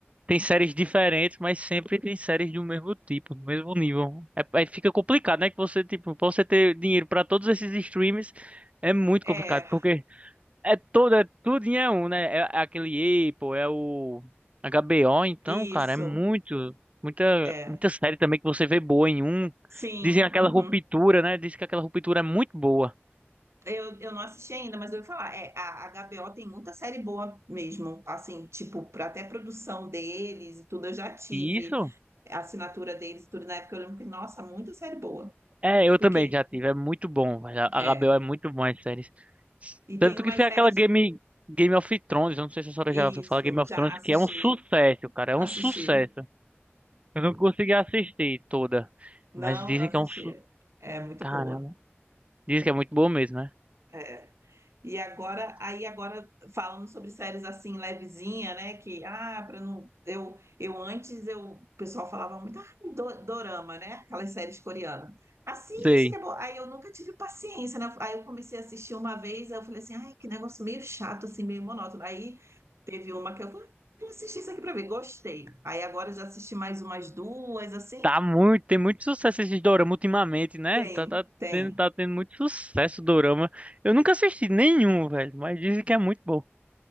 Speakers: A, on the right (about 30°); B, on the right (about 85°).
A: tem séries diferentes, mas sempre tem séries do mesmo tipo, do mesmo nível. É, aí fica complicado, né? Que você, tipo, pra você ter dinheiro pra todos esses streams é muito
B: É,
A: complicado, porque é toda, é, tudinho é um, né? É, é aquele Apple, é o HBO, então,
B: isso,
A: cara, é muito, muita,
B: é.
A: muita série também que você vê boa em um.
B: Sim,
A: Dizem aquela
B: uhum.
A: ruptura, né? Diz que aquela ruptura é muito boa.
B: Eu, eu não assisti ainda, mas eu ouvi falar. É, a a HBO tem muita série boa mesmo, assim, tipo, pra- até produção deles e tudo, eu já tive.
A: E Isso?
B: a assinatura deles, tudo na época, eu lembro que, nossa, muita série boa.
A: É, eu
B: Porque,
A: também já tive. É muito bom. velho. A
B: é,
A: HBO é muito bom as séries.
B: e
A: Tanto
B: tem umas
A: que foi
B: séries,
A: aquela Game, Game of Thrones. Eu não sei se a senhora
B: isso,
A: já ouviu falar Game of
B: já
A: Thrones,
B: assisti,
A: que é um sucesso, cara. É
B: assisti.
A: um sucesso. Eu não consegui assistir toda.
B: Não,
A: Mas dizem
B: eu assisti.
A: que é um. Su...
B: É muito
A: Caramba.
B: boa.
A: Dizem que é muito bom mesmo, né?
B: É. E agora, aí agora falando sobre séries assim levezinha, né? Que ah, para não eu eu antes eu o pessoal falava muito ah, do- dorama, né? Aquelas séries coreanas. Assiste
A: Sei.
B: que é bom. Aí eu nunca tive paciência, né? Aí eu comecei a assistir uma vez, aí eu falei assim, ai, que negócio meio chato assim, meio monótono. Aí teve uma que eu falei, "Ah, vou assistir isso aqui para ver, gostei. Aí agora eu já assisti mais umas duas assim.
A: Tá muito. Tem muito sucesso esses dorama ultimamente, né?
B: Tem,
A: Tá, tá
B: tem.
A: tendo, tá tendo muito sucesso o dorama. Eu nunca assisti nenhum, velho. Mas dizem que é muito bom.